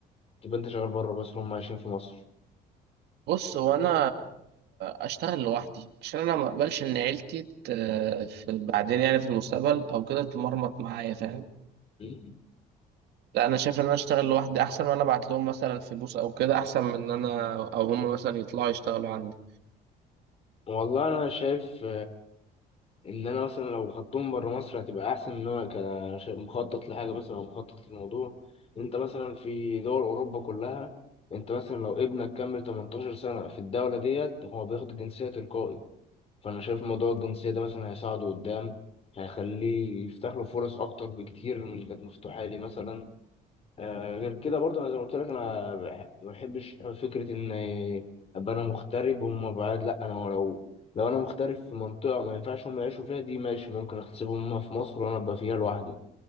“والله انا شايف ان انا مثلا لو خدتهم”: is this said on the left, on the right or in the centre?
Left